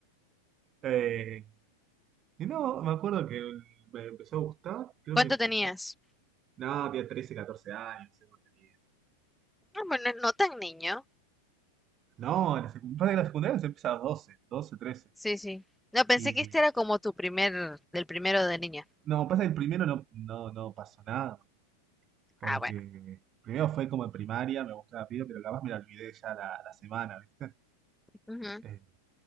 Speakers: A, on the right; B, in the centre.
A: Eh, y no, me acuerdo que me empezó a gustar, creo
B: ¿Cuánto
A: que en
B: tenías?
A: primer No, tiene trece catorce años, no sé cuánto tenía.
B: Ah, bueno, no tan niño.
A: No, en la secu- pasa que la secundaria se empieza a los 12 12, 13.
B: Sí, sí. No, pensé
A: Y
B: que este era como tu primer, del primero de niña.
A: no, pasa que el primero no, no, no pasó nada, porque
B: Ah, bueno.
A: primero fue como en primaria, me gustó la piba, pero capaz me la olvidé ya la, la semana, ¿viste?
B: Ujú,
A: Eh,